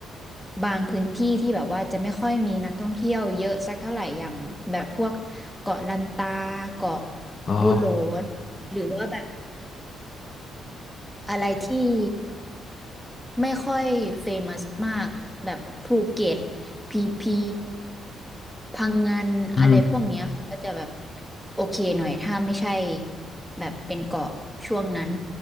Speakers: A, in the centre; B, on the left.
A: บางพื้นที่ที่แบบว่าจะไม่ค่อยมีนักท่องเที่ยวเยอะสักเท่าไหร่อย่างแบบพวกเกาะลันตาเกาะ
B: อ๋อ
A: บูโหลนหรือว่าแบบอะไรที่ไม่ค่อยเฟมัสมากแบบภูเก็ตพีพีพังงานอะไรพวกเนี้ยค่ะก็จะแบบ
B: อืม
A: โอเคหน่อยถ้าไม่ใช่แบบเป็นเกาะช่วงนั้น